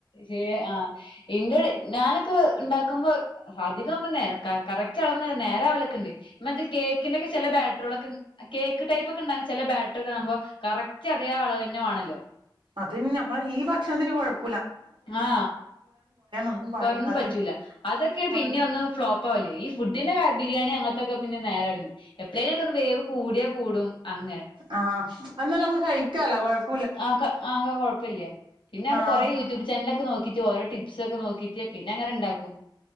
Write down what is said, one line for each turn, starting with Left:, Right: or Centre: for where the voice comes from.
Left: ര് ആ ഇൻ്റെ ഞാനൊക്കെ ഇണ്ടാകുമ്പോ അധികം നേ ക കറക്റ്റ് അളവൊന്നല്ല നേരാവലൊക്കെണ്ട് ഇമ്മച്ചി കേക്കിൻ്റെ ചില ബാറ്റ്ർകളൊക്കെ കേക്ക് ടൈപ്പ് ഒക്കെ ഉണ്ടാക്കു ചെല ബാറ്റ്റുകളാകുമ്പോ കറക്റ്റ് അതേ അളവന്നെ വേണല്ലോ
Right: അതിഞ്ഞ് നമ്മളെ ഈ ഭക്ഷണത്തിന് കൊഴപ്
Left: ആ ആ
Right: ഒന്നും പാടില്ല
Left: കൊയന്ന്
Right: അതെ
Left: പറ്റൂല്ല അതൊക്കെ
Right: അതെ
Left: പിന്നെ ഒന്ന് ഫ്‌ളോപ്പാവൂല്ലേ ഈ ഫുഡിന് കാരൃ ബിരിയാണി അങ്ങനത്തൊക്കെ പിന്നെ നേരാവന് എപ് പ്പ്ളേലൊന്ന് വേവ് കൂടിയാ കൂടും അങ്ങനെ
Right: ആ എന്നാൽ <unintelligible>
Left: ആക്ക <unintelligible> ഇപ്പല്ലിയ പിന്നെ
Right: ആഹ്
Left: മ്മക്കെറെ യൂട്യൂബ് ചാനലക്കെ നോക്കി കിച്ചോ ഓരോ ടിപ്സ് ഒക്കെ നോക്കിട്ട് പിന്നെങ്ങനെ ഉണ്ടാക്കും